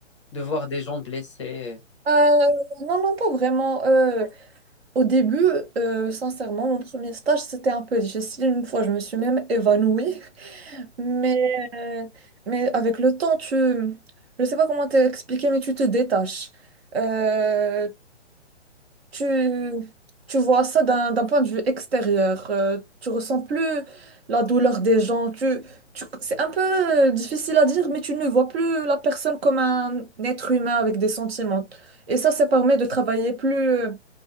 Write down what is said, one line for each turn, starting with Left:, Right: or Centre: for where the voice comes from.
Left: de voir des gens blessés?
Right: Euh, non, non, pas vraiment. Euh, au début, euh, sincèrement, mon premier stage, c'était un peu difficile. Une fois, je me suis même évanouie. <laughs> Mais, euh, mais avec le temps, tu... Je sais pas comment t'expliquer, mais tu te détaches. Euh, tu, tu vois ça d'un d'un point de vue extérieur. euh, tu ressens plus la douleur des gens. Tu, tu, c'est un peu euh, difficile à dire, mais tu ne vois plus la personne comme un être humain avec des sentiments. Et ça, ça permet de travailler plus, euh,